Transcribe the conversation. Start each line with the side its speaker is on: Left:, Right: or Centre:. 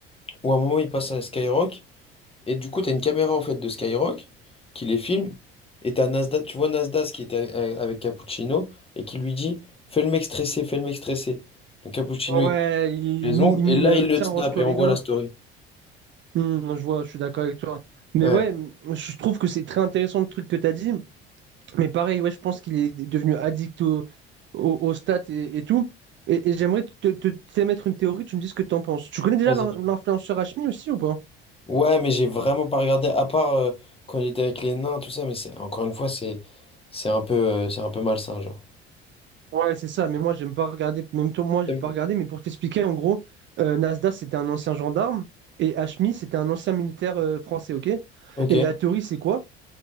Left: où à un moment il passe à Skyrock, et du coup, t'as une caméra en fait de Skyrock qui les filme, et t'as Nasdaq, tu vois Nasdaq qui était a- a- avec Cappuccino, et qui lui dit, fais le mec stressé, fais le mec stressé. Donc Cappuccino,
Right: Ouais,
Left: il coupe
Right: il,
Left: les
Right: il mi-
Left: ongles,
Right: il mime,
Left: et là,
Right: euh,
Left: il le
Right: tiens,
Left: snap,
Right: range-toi
Left: et on
Right: les
Left: voit
Right: doigts.
Left: la story.
Right: Hmm, je vois, je suis d'accord avec toi. Mais
Left: Ouais.
Right: ouais, m- je trouve que c'est très intéressant le truc que tu as dit. Mais pareil, ouais, je pense qu'il est devenu addict au, au- aux stats et, et tout. Et, et j'aimerais te, te, t'émettre une théorie, tu me dis ce que tu en penses. Tu connais déjà
Left: Vas-y.
Right: l'in- l'influenceur Hashmi aussi ou pas?
Left: Ouais, mais j'ai vraiment pas regardé, à part euh, quand il était avec les nains, tout ça, mais c'est encore une fois, c'est c'est un peu, euh, c'est un peu malsain, genre.
Right: Ouais, c'est ça, mais moi, j'aime pas regarder. Même toi, moi, j'ai
Left: T'aimes
Right: pas
Left: pas
Right: regardé, mais pour t'expliquer, en gros, euh, Nasdaq, c'était un ancien gendarme et Hashmi, c'était un ancien militaire euh, français, ok?
Left: Ok.
Right: Et la théorie, c'est quoi?